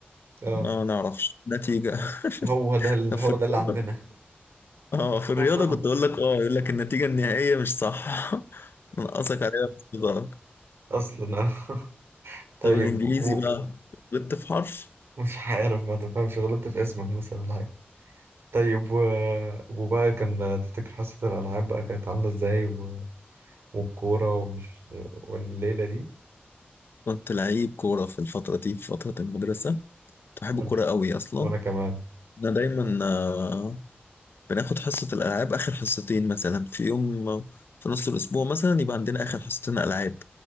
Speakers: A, on the right; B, on the left.
A: اه
B: ما نعرفش نتيجة <laughs>
A: هو ده ال...
B: طب
A: هو
B: في
A: ده اللي
B: الرياضة
A: عندنا
B: آه في الرياضة
A: <laughs>
B: كنت أقول لك آه يقول لك النتيجة النهائية مش صح <laughs> نقصك عليها نص درجة
A: اصلا اه طيب
B: طب الإنجليزي
A: و...
B: بقى غلطت في حرف
A: مش عارف ما تفهمش غلطت في اسمك مثلا ولا حاجة طيب و... وبقى كان تفتكر حصة الألعاب بقى كانت عاملة ازاي و... والكورة ومش والليلة دي
B: كنت لعيب كورة في الفترة دي في فترة المدرسة كنت بحب
A: ولا
B: الكورة قوي أصلا
A: وأنا كمان
B: أنا دايما آه، بناخد حصة الألعاب آخر حصتين مثلا في يوم في نص الأسبوع مثلا يبقى عندنا آخر حصتين ألعاب